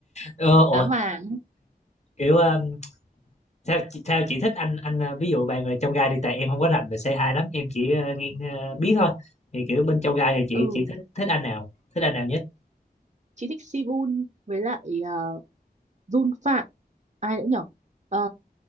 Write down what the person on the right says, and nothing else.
giá vàng
ừ
chị thích Sibun với lại uh, Jun Phạm ai nữa nhỉ Ờ,